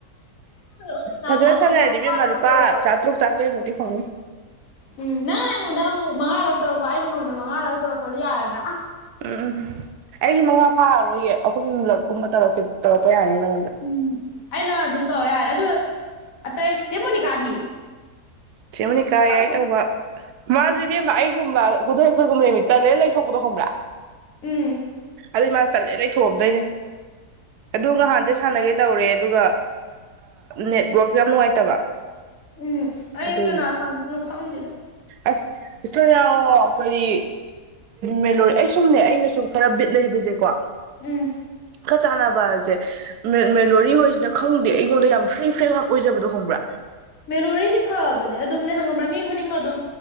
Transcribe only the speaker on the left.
ꯎꯂꯤꯅꯥꯅ
ꯑꯩꯉꯣꯟꯗ
ꯃꯉꯥꯔꯛ
ꯇꯧꯔꯛꯄ
ꯎꯝ ꯅꯪ ꯑꯩꯉꯣꯟꯗ ꯑꯃꯨꯛ ꯃꯉꯥꯔꯛ ꯇꯧꯔꯛꯄ ꯑꯩꯩꯅ ꯅꯉꯣꯟꯗ ꯃꯉꯥꯔꯛ ꯇꯧꯔꯛꯄꯗꯤ ꯌꯥꯔꯦꯗ
ꯎꯝ ꯑꯩꯅ ꯑꯗꯨꯝ ꯇꯧꯔ ꯌꯥꯔꯦ ꯑꯗꯨ ꯑꯇꯩ ꯆꯦ ꯃꯣꯅꯤꯀꯥꯗꯤ
ꯑꯁ ꯈꯪꯗꯦꯗ
ꯎꯝ
ꯎꯝ ꯑꯩ
ꯀꯅꯥ ꯂꯥꯡꯗꯣꯏꯅꯣ ꯈꯪꯗꯦꯗ
ꯎꯝ
ꯃꯦꯂꯣꯔꯤꯗꯤ ꯐꯕꯅꯦ ꯑꯗꯨꯝꯗꯤ ꯍꯪꯉꯕ꯭ꯔꯥ ꯃꯤ ꯈꯨꯗꯤꯡꯃꯛ ꯑꯗꯨꯝ